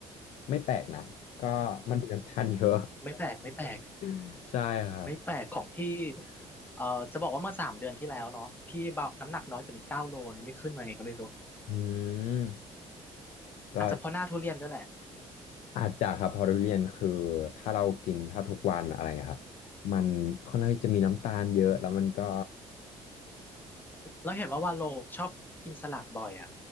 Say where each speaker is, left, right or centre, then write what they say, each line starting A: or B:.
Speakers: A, on the left; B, on the left.
A: ไม่แปลกนะก็มันเป็นน้ำตาลเยอะ
B: ไม่แปลกไม่แปลก
A: <laughs> ใช่ครับ
B: ไม่แปลกของพี่เอ่อจะบอกว่าเมื่อสามเดือนที่แล้วเนาะพี่เบาน้ำหนักน้อยกว่านี้เก้าโลเนี่ยนี่ขึ้นมาไงก็ไม่รู้
A: อืมก็
B: อาจจะเพราะหน้าทุเรียนด้วยแหละ
A: อาจจะครับเพอทุเรียนคือถ้าเรากินแทบทุกวันอะไรครับมันค่อนข้างที่จะมีน้ำตาลเยอะแล้วมันก็
B: เราเห็นว่าวาโลชอบกินสลัดบ่อยอะ